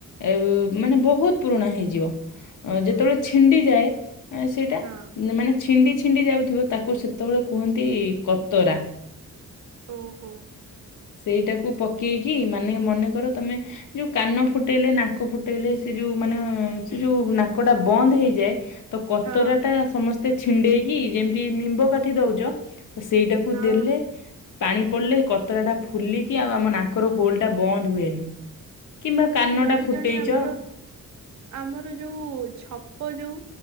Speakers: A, on the left (about 70°); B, on the right (about 60°).
A: ଏ ମାନେ ବହୁତ ପୁରୁଣା ହେଇଯିବ। ଅ ଯେତେବେଳେ
B: ହୁଁ
A: ଛିଣ୍ଡି ଯାଏ ଆ ସେଇଟା
B: ହଁ
A: ମାନେ ଛିଣ୍ଡି ଛିଣ୍ଡି ଯାଉଥିବ ତାକୁ ସେତେବେଳେ କୁହନ୍ତି କତରା।
B: ଓହୋ।
A: ସେଇଟାକୁ ପକେଇକି ମାନେ ମନେକର ତମେ ଯୋଉ କାନ ଫୁଟେଇଲେ ନାକ ଫୁଟେଇଲେ ସେ ଯୋଉ ମାନେ ସେ ଯୋଉ ନାକଟା ବନ୍ଦ ହେଇଯାଏ ତ କତରାଟା
B: ହଁ
A: ସମସ୍ତେ ଛିଣ୍ଡେଇକି ଯେମିତି ନିମ୍ବ କାଠି ଦଉଛ। ତ ସେଇଟାକୁ
B: ହଁ
A: ଦେଲେ ପାଣି ପଡିଲେ କତରାଟା ଫୁଲିକି ଆଉ ଆମ ନା କର ହୋଲଟା ବନ୍ଦ ହୁଏନି, କିମ୍ବା
B: ଆଉ
A: କାନଟା
B: ଜଣେ
A: ଫୁଟେଇଛ
B: ଜଣେ ଆମର ଆମର ଯୋଉ ଛପ ଯୋଉ।